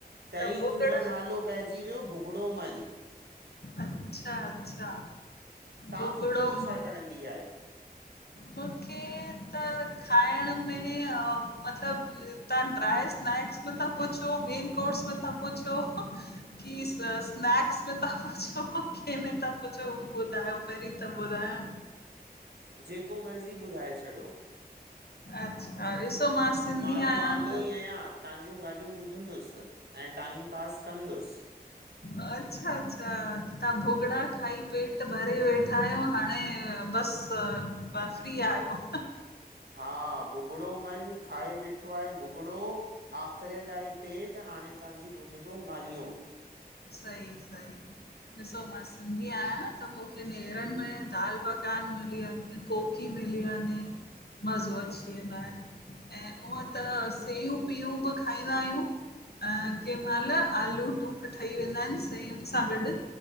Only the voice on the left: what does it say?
त भुॻड़ा
अच्छा अच्छा।
भुॻड़ो
मां
मूंखे त खाइण में मतलब तव्हां ड्राए स्नैक्स में था पुछो मेन कोर्स में ता पुछो की स्नैक्स में था पुछो कहिमे तां पुछो हू ॿुधायो पहिरीं त ॿुधाया।
अच्छा, ॾिसो मां सिंधी
आहियां
अच्छा अच्छा त तव्हां भुॻड़ा खाई पेट भरे वेठा आहियो हाणे बस फ्री आहियो।
सई सई ॾिसो मां सिंधी आहियां त मूंखे नेरनि में दाल पकवान मिली वञे, कोकी मिली वञे मज़ो
अची वेंदो आहे। ऐं उअ त सेयूं पिययूं बि खाईंदा आहियूं। अ कंहिं महिल आलू टूक ठही वेंदा आहिनि सयुनि सां गॾु